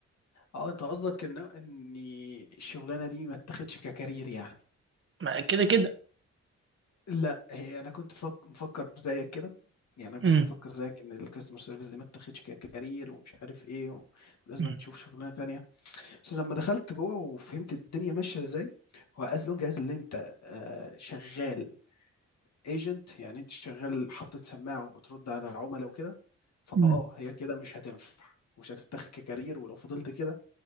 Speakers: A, on the left; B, on the right.
A: آه، أنت قصدك إن إنّي الشغلانة دي ما اتّاخدش كcareer يعني.
B: ما كده كده
A: لأ، هي أنا كنت فك مفكّر زيّك كده، يعني أنا
B: مم.
A: كنت مفكّر زيّك إن الcustomer service دي ما اتّاخدش كcareer ومش عارف إيه، ولازمًا
B: مم.
A: تشوف شغلانة تانية، بس لمّا دخلت جوّه وفهمت الدنيا ماشية إزاي، هو as long as اللي أنت آآ شغّال agent يعني أنتِ شغّال حاطط سماعة وبترُد على عُملا وكده، فآه،
B: مم.
A: هي كده مش هتنفع ومش هتتاخد كcareer ولو فضلت كده